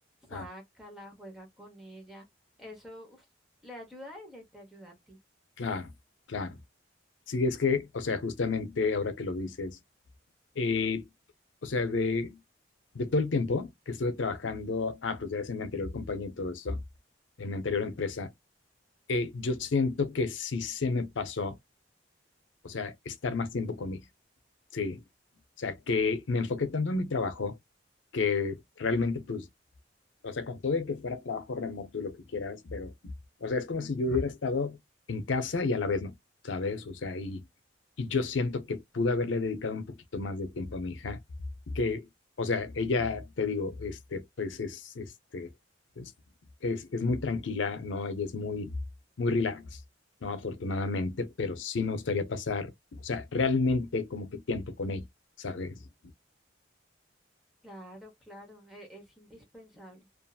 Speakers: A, on the left; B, in the centre.
A: claro,
B: sácala, juega con ella eso uf, le ayuda a ella y te ayuda a ti.
A: claro, claro. Sí, es que, o sea, justamente ahora que lo dices, Eh, o sea, de, de todo el tiempo que estuve trabajando, ah, pues ya es en mi anterior compañía y todo esto, en mi anterior empresa, eh, yo siento que sí se me pasó, o sea, estar más tiempo con mi hija, sí. O sea, que me enfoqué tanto en mi trabajo que realmente, pues, o sea, con todo y que fuera trabajo remoto y lo que quieras, pero, o sea, es como si yo hubiera estado en casa y a la vez no, ¿sabes? O sea, y, y yo siento que pude haberle dedicado un poquito más de tiempo a mi hija, que, o sea, ella, te digo, este, pues es, este, es, es, es muy tranquila, ¿no? Ella es muy, muy relax, ¿no? Afortunadamente, pero sí me gustaría pasar, o sea, realmente como que tiempo con ella, ¿sabes?
B: Claro, claro, e- es, indispensable,